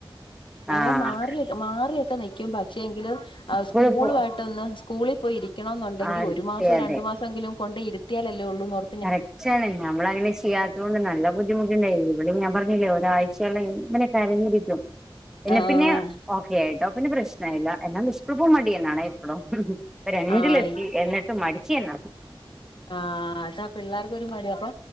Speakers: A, on the left (about 65°); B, in the centre.
A: അങ്ങനെ
B: ആഹ്
A: മാറിയൊ മാറിയൊക്കെ നിക്കും പക്ഷേ എങ്കിലും ആഹ് സ്കൂളുവായി
B: കൂടെ പോ
A: ട്ട്ന്ന് സ്കൂളി പോയി ഇരിക്കണോന്നൊണ്ടെങ്കി
B: അതെ
A: ഒരു മാസോ
B: അതെ
A: രണ്ടു മാസെങ്കിലും കൊണ്ടൊയി ഇരുത്തിയാലല്ലേ ഒള്ളൂ ന്നോർ
B: കറക്റ്റാണ് ഞമ്മളങ്ങനെ ചെയ്യാ തുകൊണ്ട് നല്ല ബുദ്ധിമുട്ടിണ്ടായി ഇവിടേം ഞാൻ പർഞ്ഞില്ലേ ഒരാഴ്ചെയല്ലാം ഇങ്ങനെ കരഞ്ഞിരിക്കും പിന്നെ
A: ആഹ്
B: പിന്നെ ഓക്ക്യായിട്ടോ പിന്നെ പ്രശ് നവില്ല എന്നാലും സ്കൂൾ പോവാൻ മടിയനാണെ ഇപ്പളും രണ്ടിലെത്തി
A: ആയി
B: എന്നി ട്ടും മടിച്ചിയെന്നെ
A: ആഹ് അതാ പിള്ളേർക്കൊരു മടി അപ്പൊ